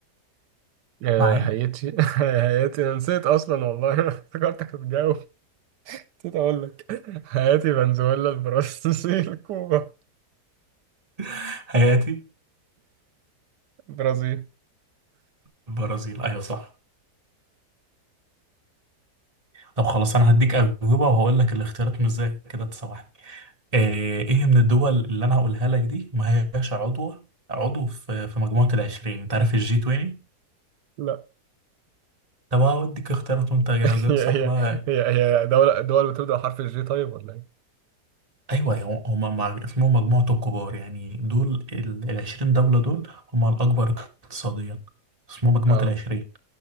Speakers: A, on the right; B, on the right.
A: آه،
B: معايا
A: هايتي <laughs> هايتي انا نسيت اصلا والله <laughs> افتكرتك هتجاوب نسيت اقول لك <laughs> هاتي فنزويلا البرازيل كوبا
B: <laughs> حياتي
A: البرازيل
B: البرازيل أيوة صح طب خلاص أنا هديك أجوبة وهقول لك الاختيارات مش زي كده تسامحني آه إيه من الدول اللي أنا هقولها لك دي ما هياش عضوة عضو في في مجموعة العشرين أنت عارف الجي 20
A: لا
B: طب هوديك اختيارات وأنت جاوبت
A: <laughs> هي
B: صح
A: هي
B: بقى
A: هي هي دولة دول بتبدأ حرف الجي طيب ولا ايه؟
B: ايوه هو- هم مع- اسمهم مجموعة الكبار يعني دول ال العشرين دولة دول هم الأكبر اقتصاديا اسمهم مجموعة
A: اه
B: العشرين